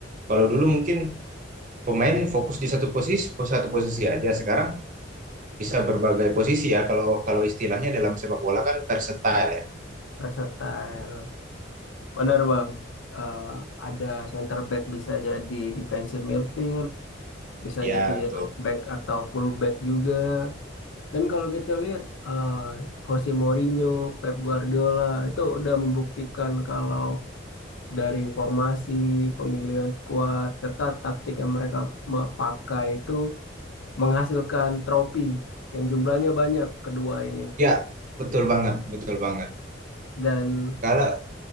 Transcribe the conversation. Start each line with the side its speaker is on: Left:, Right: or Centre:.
Right: kalau dulu mungkin pemain fokus di satu posisi, satu posisi aja. Sekarang bisa berbagai posisi ya. Kalau kalau istilahnya dalam sepak bola kan versatile ya.
Left: versatile. Benar bang, Eh, ada center back bisa jadi defensive midfield, bisa
Right: Ya,
Left: jadi
Right: betul.
Left: left back atau full back juga. Dan kalau kita lihat eh, Jose Mourinho, Pep Guardiola itu udah membuktikan kalau dari formasi, pemilihan skuad, serta taktik yang mereka me- pakai itu menghasilkan trofi yang jumlahnya banyak kedua ini.
Right: Ya, betul banget, betul banget.
Left: Dan
Right: Kalau